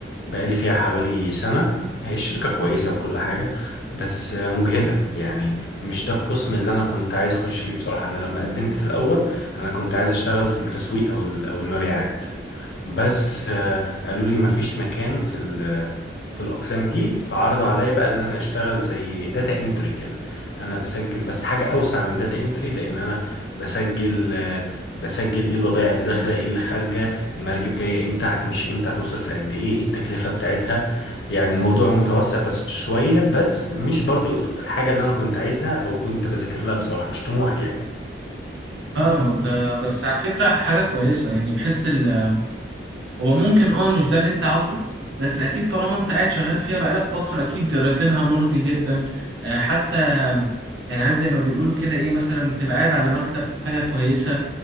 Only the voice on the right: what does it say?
فاهمك ده بس على فكرة حاجة كويسة يعني بحس ال... هو ممكن اه مش ده اللي انت عاوزه بس اكيد طالما انت قاعد شغال فيها بقالك فترة اكيد راتبها مرضي جدا آه حتى آم، يعني عارف زي ما بيقولوا كده ايه مثلا بتبقى قاعد على مكتب حاجة كويسة